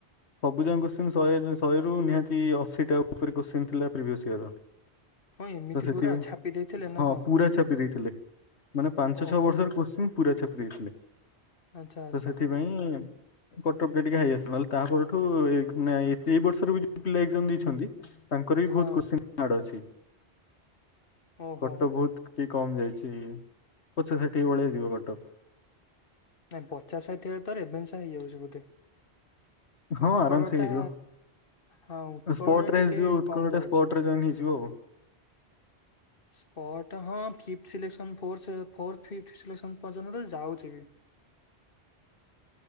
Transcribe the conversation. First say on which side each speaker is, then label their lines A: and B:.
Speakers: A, on the left; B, on the left.
A: ସବୁ ଯା କୋତ୍ସିନ୍ ଶହେ ଶହେରୁ ନିହାତି ଅଶୀଟା ଉପରେ କୋଶ୍ଚିନ ଥିଲା ପ୍ରିଭିଅସ୍ ଇୟର ର
B: ହଁ ଏମିତି
A: ତ ସେଥିପାଇଁ,
B: ପୁରା ଛାପି ଦେଇଥିଲେ
A: ହଁ
B: ନା କଣ
A: ପୁରୁରା ସେ ବିି ଦେଇଇଥିଲେ ମାନେ ପାଞ୍ଚ
B: ଓହୋ
A: ଛଅ ବର୍ଷର କୋଶ୍ଚିନ୍ ପୁରା ଛେପ ଦେଇଥିଲେ
B: ଆଚ୍ଛା ଆଚ୍ଛା
A: ତ ସେଥିପାଇଁ କଟପ ଟିକେ ହେଇଆସିବ ନହେଲେ ତାପରେ ଠୁ ଏଇ ବର୍ଷର ବି ଯୋଉ ପିଲା ଏଜାମ ଦେଇଛନ୍ତି ତାଙ୍କର ବି
B: ହଁ।
A: ବହୁତ କୋତ୍ସିନ ହାର୍ଡ ଅଛି
B: ଓହୋ
A: କଟ୍ଟଭୂତ କମ ଯାଇଛି, ପଛା ସେଠିକି ଭଳିେଇଆ ଯିବ କଟକ
B: ନାଇଁ ପଚାଶ ଷାଠିଏ ତ ଏଭେନ୍ସ ହେଇଯାଉଛି ବୋଧେ
A: ହଁ
B: ଉତ୍କଳଟା
A: ଆରାମସେ ହେଇଯିବ
B: ହଁ ଉତ୍କଳ
A: ସ୍ପଟ
B: ଟା
A: ରେ
B: ଟିକେ
A: ଆସିଯିବ ଉତ୍କଳ
B: କମ
A: ଟା
B: ଯାଉଛି
A: ସ୍ପଟ ରେ ଜଏନ ହେଇଯିବ
B: ସ୍ପଟ ହଁ, ଫିପ୍ଥ ସିଲେସନ <unintelligible> ପଯ୍ୟନ୍ତ ଯାଉଛି <inaudible>